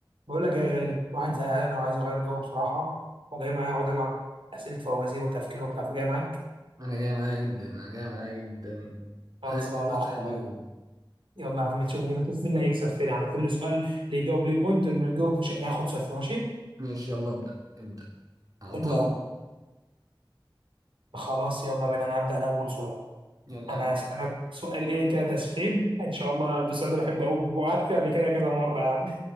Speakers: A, on the right; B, on the right.
A: بقول لك يا غالي واحد زهقان وعايز يغير جو بصراحة وجاي معايا اقعد العب أسئلة فوازير وتفكير وبتاع فجاي معاك
B: انا جاي معايا جدا انا جاي معايا جدا حاجة
A: خلصانة
B: افتح
A: يا اخويا
B: اليوم
A: يلا يا عم نشوف نشوف مين اللي هيكسب فين يعني كل سؤال اللي يجاوب ليه بوينت اللي ما يجاوب مش هياخد صفر ماشي
B: ماشي يلا ابدأ ابدأ اعطني
A: حلو قوي خلاص يلا بينا انا هبدأ انا اول سؤال
B: يلا
A: انا
B: يا باشا
A: هسألك سؤال ايه كده تسخين ان شاء الله السؤال ده بحبه قوي وقعدت فيه قبل كده كذا مرة يعني